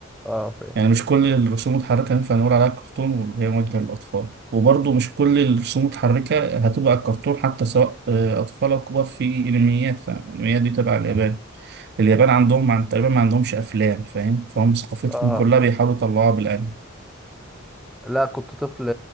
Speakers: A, in the centre; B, on the right.
A: آه فاهم
B: يعني مش كل الرسوم المتحركة ينفع نقول عليها كرتون وهي موجهة للأطفال وبرضو مش كل الرسوم المتحركة هتبقى كرتون حتى سواء آه، أطفال أو كبار في أنميات فالأنميات دي تبع اليابان اليابان عندهم عن تقريبا ما عندهمش أفلام فاهم فهم ثقافتهم
A: آه
B: كلها بيحاولوا يطلعوها بالأنمي
A: لا كنت طفل